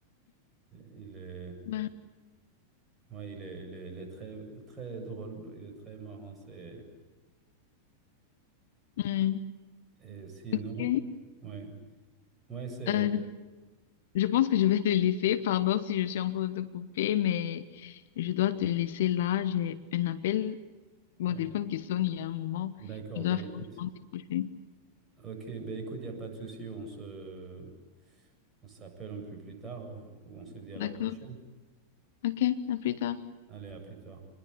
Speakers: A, on the right; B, on the left.
A: il est-
B: Ouais.
A: ouais, il est, il est- il est très, très drôle, il est très marrant. C'est,
B: Ouais.
A: et sinon,
B: Ok.
A: ouais, ouais, c'est.
B: Euh, je je pense que je vais te laisser. Pardon si je suis en train de te couper, mais je dois te laisser là. J'ai un appel,
A: Ok,
B: mon téléphone qui sonne il y a un moment.
A: D'accord,
B: Je dois
A: ben
B: franchement
A: écoute.
B: décrocher.
A: Ok, ben écoute, il n'y a pas de souci. On se, on s'appelle un peu plus tard ou on se dit à
B: D'accord.
A: la prochaine.
B: Ok, à plus tard.
A: Allez, à plus tard.